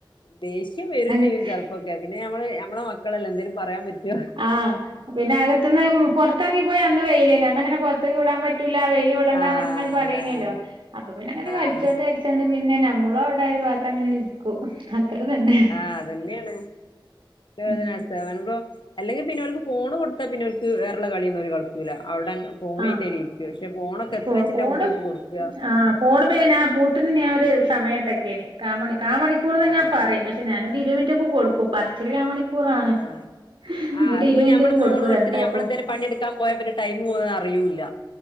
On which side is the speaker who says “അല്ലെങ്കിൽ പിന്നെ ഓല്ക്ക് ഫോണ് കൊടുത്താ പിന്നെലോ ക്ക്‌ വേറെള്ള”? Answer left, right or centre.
Left